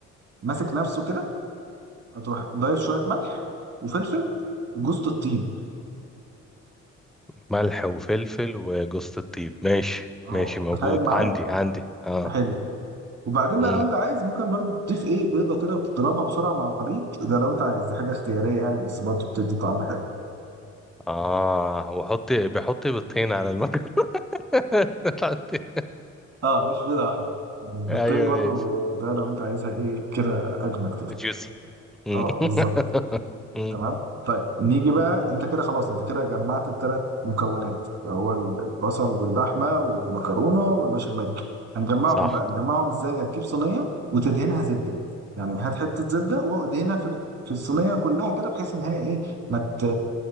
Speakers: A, on the right; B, in the centre.
A: ماسك نفسه كده هتروح ضايف شويه ملح وفلفل وجوز الطيب
B: ملح وفلفل وجوزة الطيب ماشي
A: اه
B: ماشي موجود
A: تخيل معاه
B: عندي عندي اه
A: حلو وبعدين بقى
B: امم
A: لو انت عايز ممكن برضه تضيف ايه بيضه كده وتضربها بسرعه مع الخليط ده لو انت عايز دي حاجه اختياريه يعني بس برضه بتدي طعم حلو
B: اه وحط بحط بيضتين على المكرونة <laughs> عندي.
A: اه مش بيضة واحدة يعني البيضتين
B: ايوه
A: برضو
B: ماشي
A: ده لو انت عايزها ايه كده اجمل كده
B: جوسي <laughs>
A: اه بالظبط تمام طيب نيجي بقى انت كده خلاص انت كده جمعت الثلاث مكونات اللي هو البصل واللحمة والمكرونة والبشاميل هنجمعهم
B: صح
A: بقى نجمعهم ازاي هتجيب صينية وتدهنها زبدة يعني هات حتة زبدة وادهنها في ال- في الصينية كلها كده بحيث ان هي ايه ما ت-